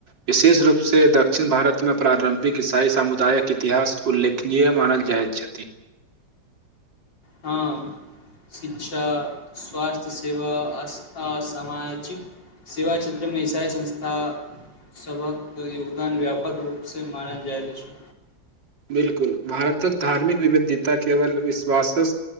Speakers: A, on the right; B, on the left.
A: विशेष रूपसँ दक्षिण भारतमे प्रारम्भिक ईसाई समुदायक इतिहास उल्लेखनीय मानल जाइत छथि।
B: हुं, शिक्षा, स्वास्थ्य सेवा आ सामाजिक सेवा क्षेत्रमे इसाई संस्था सभक योगदान व्यापक रूपसँ मानल जाइत अछि।
A: बिलकुल, भारतक धार्मिक विविधता केवल विश्वासक